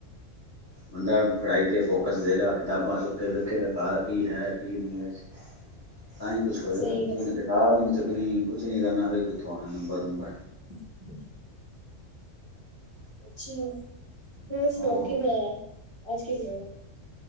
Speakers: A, on the left; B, on the right.
A: ਬੰਦਾ ਐ ਪੜਾਈ ਤੇ ਫੋਕਸ ਦੇਗਾ, ਕਿਤਾਬਾਂ ਚੁੱਕ ਕੇ ਵੇਖੇਗਾ ਕਾਰ ਕੀ ਹੈ ਕੀ ਨੀ ਐ ਚ। ਤਾਂ ਈ ਕੁਛ ਹੋਏਗਾ।
B: ਸਹੀ
A: ਜੇ
B: ਹੈ
A: ਉਹਨੇ ਕਿਤਾਬ ਈ ਨੀ ਚੁੱਕਣੀ, ਕੁਛ ਨੀ ਕਰਨਾ, ਫੇਰ ਕਿੱਥੋਂ ਆਣੇ ਨੰਬਰ- ਨੂੰਬਰ।
B: <inaudible> ਅੱਛਾ। ਹੋਰ ਸੁਣਾਓ
A: ਉਹ
B: ਕੀ ਬਣਾਇਆ ਐ, ਅੱਜ ਕੀ ਬਣਾਇਆ ਐ?